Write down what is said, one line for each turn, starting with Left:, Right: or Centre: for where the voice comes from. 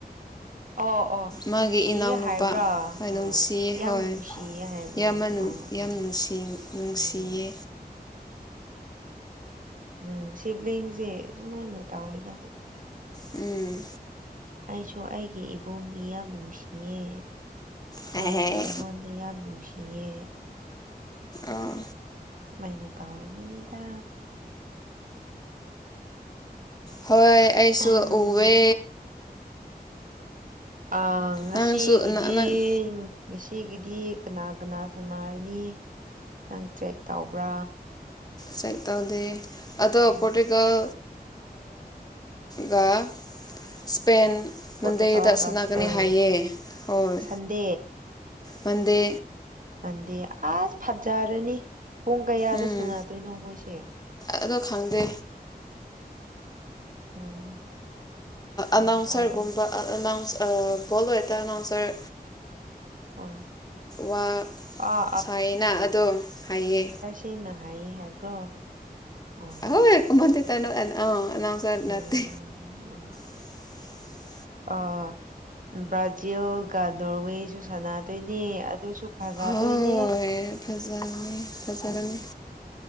Right: ꯑꯣ ꯑꯣ
Left: ꯃꯥꯒꯤ
Right: ꯅꯨꯡꯁꯤ
Left: ꯏꯅꯥꯎꯅꯨꯄꯥ
Right: ꯍꯥꯏꯕ꯭ꯔꯥ
Left: ꯍꯣꯏ ꯅꯨꯡꯁꯤꯌꯦ
Right: ꯑꯥ ꯌꯥꯝ
Left: ꯍꯣꯏ
Right: ꯅꯨꯡꯁꯤꯌꯦ ꯍꯥꯏꯕ꯭ꯔꯥ
Left: ꯏꯌꯥꯝꯕ
Right: ꯑꯥ
Left: ꯌꯥꯝ
Right: ꯑꯥ
Left: ꯅꯨꯡꯁꯤ ꯅꯨꯡꯁꯤꯌꯦ
Right: ꯎꯝ ꯎꯝ ꯁꯤꯕꯂꯤꯡꯁꯦ ꯑꯁꯨꯃꯥꯏꯅꯦ ꯇꯧꯋꯦꯗ
Left: ꯎꯝ
Right: ꯑꯩꯁꯨ ꯑꯩꯒꯤ ꯏꯕꯨꯡꯁꯤ ꯌꯥꯝ ꯅꯨꯡꯁꯤꯌꯦ
Left: ꯑꯣ
Right: ꯃꯥꯁꯨ ꯑꯩꯉꯣꯟ ꯗ ꯌꯥꯝ ꯅꯨꯡꯁꯤꯌꯦ
Left: ꯑꯥ
Right: ꯑꯗꯨꯃꯥꯏꯅ ꯇꯧꯕꯒꯤꯅꯤꯗ
Left: ꯍꯣꯏ ꯑꯩꯁꯨ
Right: ꯎꯝ
Left: ꯎꯌꯦ
Right: ꯑꯥ ꯉꯁꯤꯒꯤꯗꯤ
Left: ꯅꯪꯁꯨ ꯅꯪ
Right: ꯉꯁꯤꯒꯤꯗꯤ ꯀꯅꯥ ꯀꯅꯥ ꯁꯥꯟꯅꯔꯅꯤ ꯅꯪ ꯇ꯭ꯔꯦꯛ ꯇꯧꯕ꯭ꯔ
Left: ꯇ꯭ꯔꯦꯛ ꯇꯧꯗ ꯑꯗꯣ
Right: ꯎꯝ
Left: ꯄꯣꯔꯇꯨꯒꯜ ꯒ ꯏꯁ꯭ꯄꯦꯟ
Right: ꯄꯣꯔꯇꯨꯒꯥꯜꯒ
Left: ꯃꯟꯗꯦꯗ ꯁꯥꯅꯒꯅꯤ
Right: ꯏꯁꯄꯦꯟ
Left: ꯍꯥꯏꯌꯦ ꯍꯣꯏ
Right: ꯁꯟꯗꯦ
Left: ꯃꯟꯗꯦ
Right: ꯃꯟꯗꯦ ꯑꯁ ꯐꯖꯔꯅꯤ ꯄꯨꯡ ꯀꯌꯥꯗ
Left: ꯎꯝ
Right: ꯁꯥꯟꯅꯗꯣꯏꯅꯣ ꯃꯣꯏꯁꯦ
Left: ꯑꯗꯣ ꯈꯪꯗꯦ
Right: ꯎꯝ ꯌꯦꯡꯕ
Left: ꯑꯅꯥꯎꯟꯁꯔꯒꯨꯝꯕ
Right: ꯇꯥꯔꯦ
Left: ꯑꯅꯥꯎꯟꯁꯔ ꯕꯣꯜ ꯑꯅꯥꯎꯟꯁꯔ
Right: ꯍꯣꯏ
Left: ꯋꯥ
Right: ꯑꯥ
Left: ꯁꯥꯏꯅ ꯑꯗꯣ ꯍꯥꯏꯌꯦ
Right: ꯑꯩꯅ ꯍꯥꯏꯌꯦ ꯍꯥꯏꯕ꯭ꯔꯣ ꯑꯣ
Left: ꯍꯣꯏ
Right: ꯑꯣ
Left: ꯑꯃꯗ ꯇꯅꯣ ꯑ ꯑꯅꯥꯎꯟꯁꯔ
Right: ꯎꯝ
Left: ꯅꯠꯇꯦ <unintelligible>
Right: ꯑ ꯕ꯭ꯔꯥꯖꯤꯜꯒ ꯅꯣꯔꯋꯦꯁꯨ ꯁꯥꯟꯅꯗꯣꯏꯅꯦ ꯑꯗꯨꯁꯨ ꯐꯖꯗꯣꯏꯅꯦ
Left: ꯍꯣꯏ ꯐꯖꯅꯤ ꯐꯖꯅꯤ